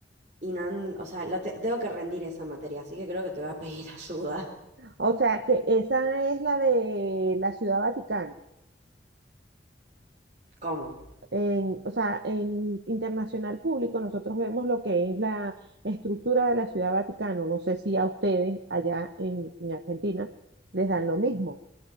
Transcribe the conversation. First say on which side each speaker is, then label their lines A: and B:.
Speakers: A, on the right; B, on the right.
A: y no, en- o sea, la te- tengo que rendir esa materia, así que creo que te voy a pedir <laughs> ayuda.
B: O sea que esa es la de la Ciudad Vaticana.
A: ¿Cómo?
B: En, o sea, en internacional público nosotros vemos lo que es la estructura de la Ciudad Vaticano. No sé si a ustedes allá en, en Argentina les dan lo mismo.